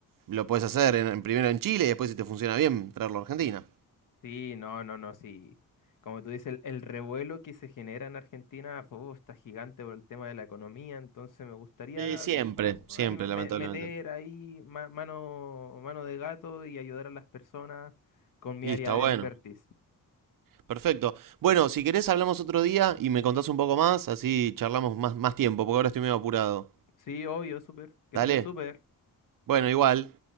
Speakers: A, on the right; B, on the left.
A: lo puedes hacer en, primero en Chile y después, si te funciona bien, traerlo a Argentina.
B: Sí, no, no, no, sí. Como tú dices, el, el revuelo que se genera en Argentina fu, está gigante por el tema de la economía, entonces me gustaría
A: Sí, siempre,
B: como
A: siempre,
B: ahí me- me-
A: lamentablemente.
B: meter ahí ma- mano, mano de gato y ayudar a las personas con mi
A: Y
B: área
A: está
B: de
A: bueno.
B: expertise.
A: Perfecto. Bueno, si querés hablamos otro día y me contás un poco más, así charlamos más, más tiempo, porque ahora estoy medio apurado.
B: Sí, obvio, súper, que
A: Dale.
B: estés súper.
A: Bueno, igual.